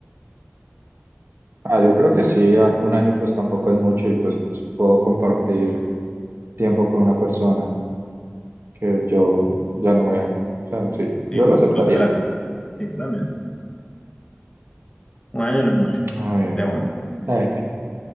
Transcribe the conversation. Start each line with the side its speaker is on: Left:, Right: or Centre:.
Right: ah, yo creo que sí, a- un año pues tampoco es mucho y pues puedo compartir tiempo con una persona. que yo ya no vea. O sea, sí,
Left: Sí,
Right: yo lo aceptaría.
Left: total, sí, yo también. Un año no es mucho,
Right: A ver,
Left: de uno.
Right: eh,